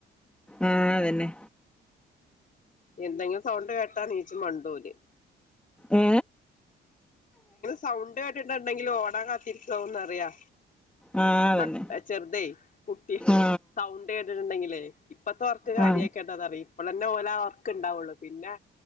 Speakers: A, in the centre; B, on the left.
A: ആ അതന്നെ
B: എന്തെങ്കിലും സൗണ്ട് കേട്ടാ നീച്ച് മണ്ടും ഓല്
A: ഏ
B: സൗണ്ട് കേട്ടിട്ടുണ്ടെങ്കിൽ ഓടാൻ കാത്തിരിക്കാവുന്നറിയാ
A: ആ അതന്നെ
B: മ ചെറുതെ കുട്ടി
A: ആ
B: സൗണ്ട് കേട്ടിട്ട് ണ്ടെങ്കിലേ ഇപ്പത്തെ ഒർക്ക് കാര്യക്കണ്ടന്നറിയ്
A: ആ
B: ഇപ്പളന്നെ ഓലാ ഒർ ക്ക് ഇണ്ടാവുള്ളു പിന്നെ